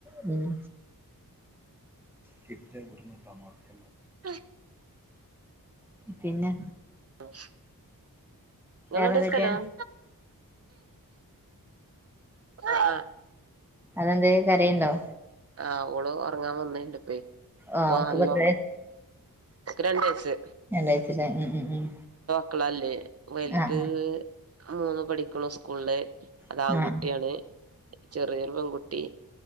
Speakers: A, in the centre; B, on the right.
A: ക കിട്ടട്ടമാർക്ക
B: ആ
A: പിന്നെ
B: ആഹ ങ്ങളെവിടെ
A: വേറെന്തൊക്കെ
B: സ്ഥലം ആ
A: അതെന്തേ കരയ്ണ്ടോ
B: ഉം. ആ ഓള് ഉറങ്ങാൻ വന്നന്റോപ്പേ അപ്പൊ
A: ആഹ് ഓക്ക്
B: നല്ല
A: ഇപ്പോ എത്ര
B: രണ്ട വയസ്
A: രണ്ടഴച്ചട്ട ഉം ഉം ഉം
B: മക്കളല്ലേ വലുത്
A: ആഹ്
B: മൂന്ന് പഠിക്കണു സ്കൂളില് അത്
A: ആഹ്
B: ആൺകുട്ടിയാണ്
A: ആഹ്
B: ചെറിയൊരു പെൺകുട്ടി